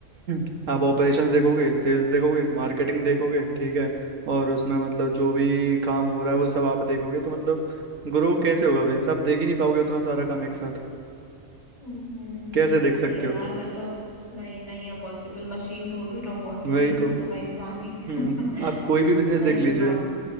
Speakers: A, on the right; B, on the left.
A: <clears throat> आप ऑपरेशंस देखोगे सेल्स देखोगे मार्केटिंग देखोगे ठीक है और उसमें मतलब जो भी काम हो रहा है वो सब आप देखोगे तो मतलब ग्रो कैसे होगा बिजनेस आप देख ही नहीं पाओगे उतना सारा काम एक साथ
B: हम्म हम्म,
A: कैसे
B: ये
A: देख
B: तो सही
A: सकते
B: है
A: हो
B: यार मैं तो नहीं नहीं है पॉसिबल मशीन थोड़ी हूँ रोबोट
A: वही
B: थोड़ी हूँ
A: तो
B: हूं तो मैं इंसान ही
A: हम्म
B: <laughs>
A: आप कोई भी बिजनेस
B: नहीं
A: देख लीजिए
B: होगा